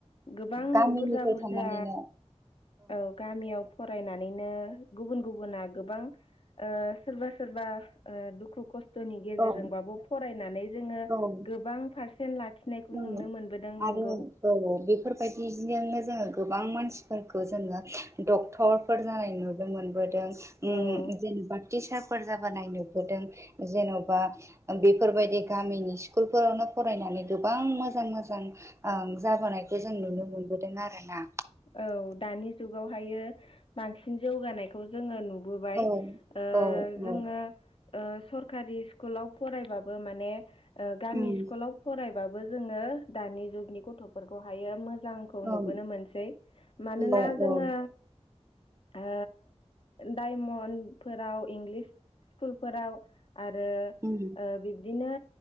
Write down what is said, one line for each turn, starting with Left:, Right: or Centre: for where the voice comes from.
Left: गोबां
Right: गामिनिफ्राय
Left: बुरजा बुरजा
Right: थानानैनो।
Left: औ गामियाव फ फरायनानैनो गुबुन गुबुना गोबां ओ सोरबा सोरबा ओ दुखु। सुखुनि नि गेजेरजोंबाबो
Right: औ
Left: फरायनानै जोङो
Right: औ
Left: गोबां पारसेन्ट लाखिनायखौ
Right: औ
Left: नुनो मोनबोदों नोंगौ
Right: आरो औ औ बेफोरबायदिजोंनो जों। गोबां मानसिफोरखौ जोङो डक्टरफोर जानाय नुनो मोनबोदों। उ
Left: औ
Right: जेनबा टिचारफोर जाबाय नुबोदों जेन बा बेफोरबायदि गामिनि स्कुलफोरावनो फरायनानै गोबां मोजां मोजां ओ। जाबोनायखौ जों नुनो मोनबोदों आरो ना।
Left: औ दानि जुगावहायो बांसिन जौगानायखौ जोङो नु। नुबोबाय
Right: औ
Left: ओ
Right: औ
Left: जोङो
Right: औ
Left: ओ सरकारि स्कुलाव फरायबो माने माने गामि
Right: उम
Left: स्कुलाव फरायबाबो जोङो दानि जुगनि गथफोरखौहायो मोजांखौ
Right: औ
Left: नुबोनो मोनसै। मानोना
Right: औ
Left: जोङो
Right: औ
Left: ओ डायमनफोराव इंलिस स्कुलफोराव आरो
Right: उम
Left: ओ बिब्दिनो